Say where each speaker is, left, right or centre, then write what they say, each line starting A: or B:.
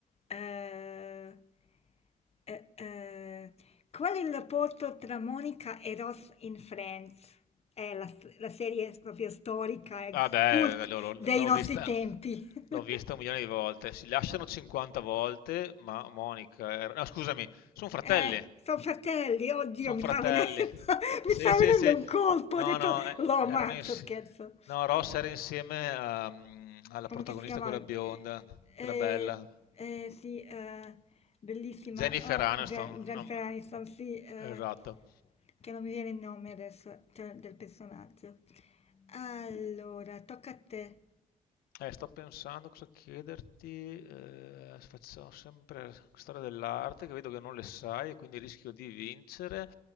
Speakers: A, on the left; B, on the left.
A: Eh, eh, eh, qual è il rapporto tra Monica e Ross in Friends? È la, la serie proprio storica, è
B: Vabbè,
A: cult
B: eh, l'ho l'ho
A: dei nostri
B: vista,
A: tempi. <laughs>
B: l'ho vista un milione di volte. Si lasciano 50 volte, ma Monica... era- No, scusami, sono fratelli,
A: Eh, sono fratelli, oddio,
B: sono
A: mi
B: fratelli.
A: sta venendo, <laughs> mi
B: Sì,
A: sta
B: sì,
A: venendo
B: sì.
A: un colpo,
B: No,
A: ho detto,
B: no, eh,
A: lo ammazzo,
B: erano insieme.
A: scherzo.
B: No, Ross era insieme a, mm, alla
A: Come
B: protagonista,
A: che si chiama?
B: quella
A: Eh,
B: bionda,
A: eh,
B: quella bella,
A: eh, sì, eh, bellissima,
B: Jennifer
A: oh,
B: Aniston.
A: Gen- Jennifer
B: non-
A: Aniston, sì, eh,
B: Esatto.
A: che non mi viene il nome adesso, cioè, del personaggio. Allora, tocca a te.
B: Eh, sto pensando cosa chiederti, eh, facciamo sempre storia dell'arte che vedo che non le sai e quindi rischio di vincere.